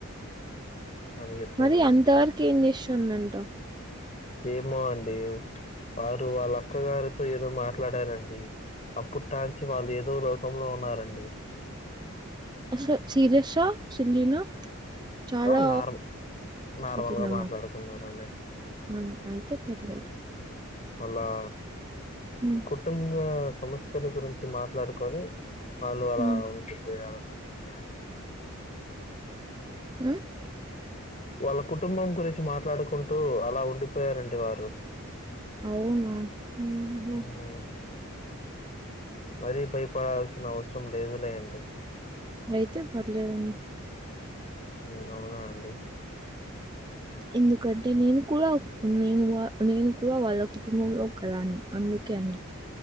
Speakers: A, on the left (about 30°); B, on the right (about 20°).
A: అని చెప్పారండి.
B: మరి అంత వరకు ఏం చేస్తుందంట?
A: ఏమో అండి వారు వాళ్ళ అక్కగారితో ఏదో మాట్లాడారం డి అప్పుడు టాంచి వాళ్ళు ఏదో లోకంలో ఉన్నారండి.
B: అసలు సిరీసా, సిల్లీనా? చాలా
A: ఆ! నార్మ్ నార్మల్‌గా
B: కఠినము,
A: మాట్లాడుకున్నారండి.
B: ఉమ్ అయితే పర్లేదు
A: అలా
B: హ్మ్.
A: కుటుంబ సమస్యల గురించి మాట్లాడుకొని వాళ్ళు అలా
B: హ్మ్.
A: ఉండిపోయారని అంతే అండి
B: ఉమ్
A: వాళ్లు కుటుంబం గురించి మాట్లాడుకుంటూ అలా ఉండిపోయారండి వారు.
B: అవునా ఉహు
A: హ్మ్. మరీ భయపడాల్సిన అవసరం లేదులే అండి.
B: అయితే పర్లేదండి.
A: ఉమ్ అవునా అండి
B: ఎందుకంటే నేను కూడా నేను వా నేను కూడా వాళ్ళ కుటుంబంలో ఒకదాన్ని. అందుకే అండి